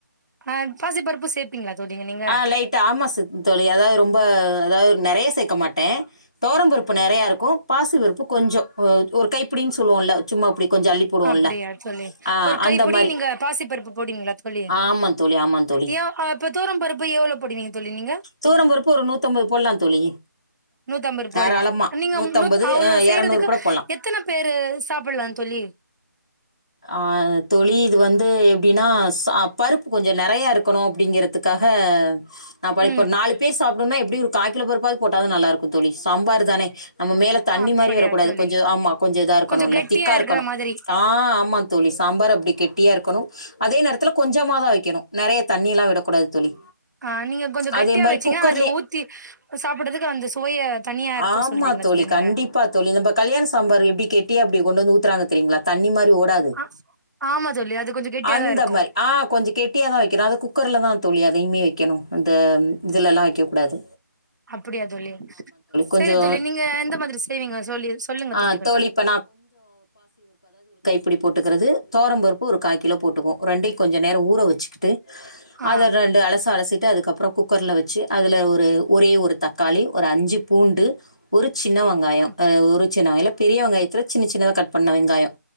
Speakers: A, on the right; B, on the left.
A: ஆ பாசிப்பருப்பு சேப்பீங்களா தோழி நீங்க
B: ஆஹ் லைட்டா ஆமாசத் தோழி அதாவது ரொம்ப அதாவது நிறைய சேக்க மாட்டேன் துவரம்பருப்பு நிறையா இருக்கும் பாசி வெறுப்பு கொஞ்சோம் ஒரு கைப்படின்னு சொல்லுவோம்ல சும்மா அப்படி கொஞ்சம் அள்ளிப்போடுவோம்ல
A: அப்டியா தோழி
B: ஆ
A: ஒரு கைப்பிடி
B: அந்த மாரி
A: நீங்க பாசி பருப்பு போடுவீங்களா தோழி
B: ஆமா தோழி, ஆமா தோழி.
A: யோ அப்ப துவோரம் பருப்பு எவ்வளவு போடுவீங்க தோழி நீங்க
B: துவரம்பருப்பு ஒரு போடலாம் தோழி.
A: நூத்தம்பது
B: தாராளமா.
A: போடலாம் நீங்க நூத் அவ்ளோ
B: அ
A: செய்றதுக்கு
B: கூட போடலாம்.
A: எத்தனை பேரு சாப்பிடலாம் தோழி
B: ஆஹ் தோழி இது வந்து எப்படின்னா பருப்பு கொஞ்சம் நிறைய இருக்கணும் அப்படிங்கறதுக்காக ந
A: ம்
B: இப்ப நாலு பேர் சாப்பிடும்னா எப்படியும் காக்கிலோ பருப்பாது போட்டா தா நல்லாருக்கு தோழி சாம்பார் தானே நம்ம மேல தண்ணி
A: அப்படியா
B: மாதிரி வரக்கூடாது
A: தோழி
B: கொஞ்ச ஆமா கொஞ்ச இதா இருக்கணு
A: கொஞ்சோ
B: இல்ல
A: கெட்டியா
B: திக்கா
A: இருக்கிற
B: இருக்கணும்
A: மாதிரி
B: ஆ ஆமா ஆமா தோழி சாம்பார் அப்படி கெட்டியா இருக்கணும் அதே நேரத்துல கொஞ்சமா தா வைக்கணும் நெறைய தண்ணி எல்லா விடக்கூடாது தோழி
A: ஆ நீங்க கொஞ்சோ கெட்டியா
B: அதே மாதிரி
A: வச்சீங்கன்னா
B: குக்கர்லே
A: அது ஊத்தி சாப்புட்றதுக்கு அந்த சுவைய தனியா இருக்கு
B: ஆமா
A: சொல்றீங்களா
B: தோழி
A: நீங்க
B: கண்டிப்பா தோழி நம்ம கல்யாண சாம்பார் எப்படி கெட்டியா அப்டி கொண்டு வந்து ஊத்துறாங்க தெரியுங்களா தண்ணி மாரி ஓடாது
A: ஆ ஆமா தோழி அது கொஞ்சோ கெட்டியாதா
B: அந்த
A: இருக்கு
B: மாரி ஆஹ் கொஞ்ச கெட்டியா தா வைக்கிற அது குக்கர்லதா தோழி <unintelligible> வெக்கணும் அந்த இதுல எல்லாம் வெக்க கூடாது
A: அப்படியா தோழி சரி
B: கொஞ்சம்
A: தோழி நீங்க எந்த மாதிரி செய்வீங்க சொல்லி சொல்லுங்க
B: ஆ
A: தோழி கொஞ்சம்
B: இப்போ இப்டி போட்டுக்கிறது தோரம்பருப்பு ஒரு காய் கிலோ போட்டுக்குவோ ரெண்டையும் கொஞ்ச நேரம் ஊற வச்சுக்கிட்டு
A: ஆ
B: அதஅத ரெண்டு அலசு அலசி அதுக்கப்புறம் குக்கர்ல வெச்சு அதுல ஒரு ஒரே ஒரு தக்காளி ஒரு அஞ்சு பூண்டு ஒரு சின்ன வெங்காயம்
A: அப்
B: ஒரு சின்ன வெங்காயம் பெரிய வெங்காயத்தில் சின்ன சின்னதாக கட் பண்ண வெங்காயம்